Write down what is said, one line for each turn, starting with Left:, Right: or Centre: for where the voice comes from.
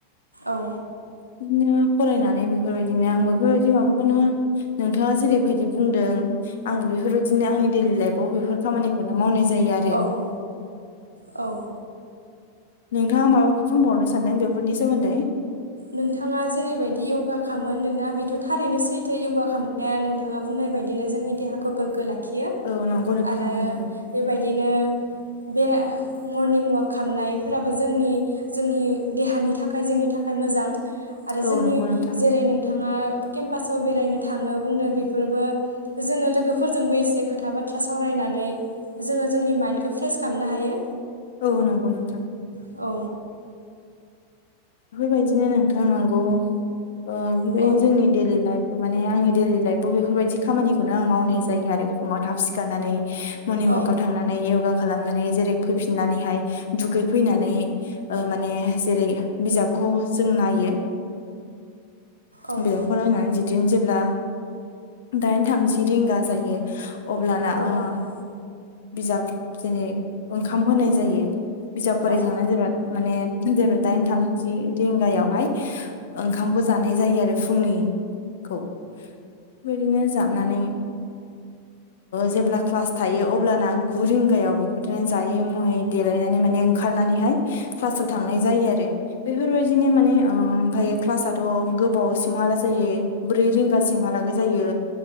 Right: औ
Left: बिदिनो फरायनानै बेफोरबायदिनो आं बेफोरबायदि माबाखौनो नोंथाङा बेबायायदि बुंदों आंबो बेफोरबायदिनो आंनि दैडलि लाइफआव बेफोर खामानिखौनो मावनाय जायो आरो।
Right: औ औ
Left: नोंथाङा माबाफोर बुंबावनो सानदों बेफोरनि सोमोन्दै?
Right: नोंथाङा जेरैबायदि य'गा खामोन नोंना बेथ' थारैनो सैथो यगा खालामनाया नोंथाङा बुंनाय बेबायदिनो जोंनि देहाखौ गोग्गो लाखियो
Left: औ नंगौ नोंथां
Right: आरो
Left: औ नंगौ
Right: बेबायदिनो बे मरनिं ववाक खालामामनायफोराबो जोंनि जोंनि देहानि थाखाय जोंनि थाखाय थाखाय मोजां आरो
Left: औ
Right: जोंनि
Left: नंगौ नोंथां
Right: जेरै नोंथाङा केम्पासाव बेरायनो थाङो बुंदों बेफोरबो जोङो लोगोफोरजोंबो एसे खोथा बाथ्रा सावरायनानै नानै जोङो जोंनि माइन्दखौ फ्रेस खालामनो हायो।
Left: औ नंगौ नोंथां।
Right: औ
Left: बेफोरबायदिनो नोंथां नंगौ बेफोरबायदिनो
Right: औ
Left: जोंनि दैडलि लाइफ माने आंनि डेलि लाइफव बेफोरबायदि खामानिखौनो आं मावनाय जायो आरो फुङाव थाब सिखारनानै मर्निं
Right: औ
Left: ववाकव थांनानै योगा खालामनानै जेरै फैफिननानैहाय दुगै फैनानै माने जेरै बिजाबखौ जों नायो
Right: औ
Left: बिजाबखौ नायनानै जदिनो जेब्ला दाइन थामजि रिंगा जायो अब्लाना
Right: औ
Left: ओ बिजाब जेनै ओंखाम होनाय जायो बिजाब फरायखांनानै
Right: औ
Left: जोबोाद माने जबो दाइन थामजि रिंगायावहाय ओंखामखौ जानाय जायो आरो फुंनिखौ बेबायदिनो जानानै जे अब्ला क्लास थायो अब्लाना गु रिंगायाव बेफोरदिनो जायै मुयै देलायनानै माने ओंखारनानैहाय क्लासाव थांनाय जायो आरो। बेफोरबायदिनो माने ओमफ्रायायो क्लासथ' गोबावसिमहाला जायो ब्रै रिंगासिम लागै जायो